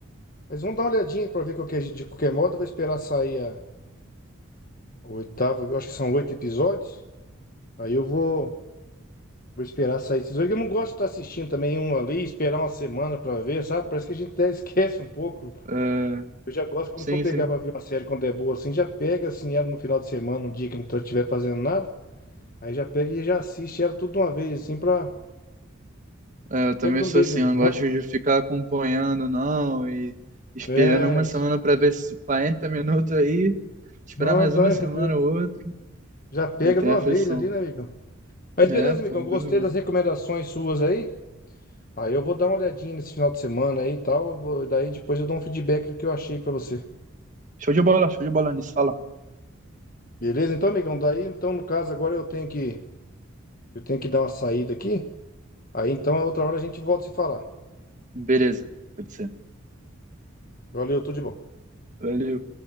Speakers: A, on the left (about 40°); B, on the right (about 35°).
A: Mas vamos dar uma olhadinha pra ver qualquer, de qualquer modo. Eu vou esperar sair a o oitavo, eu acho que são oito episódios. Aí eu vou. Vou esperar sair esses oito. Eu não gosto de estar assistindo também um ali, esperar uma semana pra ver, sabe? Parece que a gente até <laughs> esquece um pouco.
B: É, é,
A: Eu já gosto quando
B: sim,
A: for pegar
B: sim.
A: pra ver uma série quando é boa assim, já pega assim ela no final de semana, um dia que não estiver fazendo nada. Aí já pega e já assiste ela tudo de uma vez, assim, pra.
B: É, eu também
A: Pega de um
B: sou
A: beijo.
B: assim, eu não gosto
A: rap-
B: de ficar acompanhando, não, e esperando
A: É.
B: uma
A: isso.
B: semana para ver se 40 minutos aí, esperar
A: Não,
B: mais
A: tá.
B: uma semana
A: <laughs> é ver-
B: ou outra.
A: Já pega
B: Eu tenho
A: de uma
B: aflição.
A: vez ali, né, amigão? Mas beleza,
B: É, pô,
A: amigão.
B: bem
A: Gostei
B: melhor.
A: das recomendações suas aí. Aí eu vou dar uma olhadinha nesse final de semana aí e tal. eu vou- Daí depois eu dou um feedback do que eu achei pra você.
B: Show de bola, show de bola nisso, fala.
A: Beleza? Então, amigão, daí, então, no caso, agora eu tenho que, eu tenho que dar uma saída aqui. Aí, então, a outra hora a gente volta a se falar.
B: Beleza, pode ser.
A: Valeu, tudo de bom.
B: Valeu.